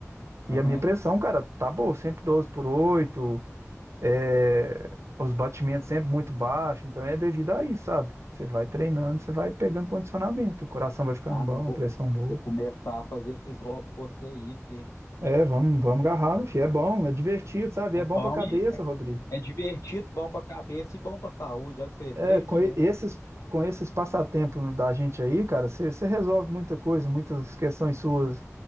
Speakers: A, on the right; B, on the left.
A: E
B: Aham.
A: a minha pressão, cara, tá boa, sempre 12 por 8. é, os batimentos sempre muito baixos, então é devido a isso, sabe? Você vai treinando, você vai pegando condicionamento, o coração vai ficando
B: Ah,
A: bom,
B: não, vou,
A: a pressão boa.
B: vou começar a fazer esses rótulos com você aí, porque
A: É, vamos, vamos agarrar, enfim, é bom, é divertido, sabe?
B: é
A: É bom
B: bom
A: pra cabeça,
B: e
A: Rodrigo.
B: É divertido, bom pra cabeça e bom pra saúde. Olha pra você ver,
A: É,
B: três
A: com
B: em
A: e-
B: um.
A: esses, com esses passatempos da gente aí, cara, você resolve muita coisa, muitas questões suas,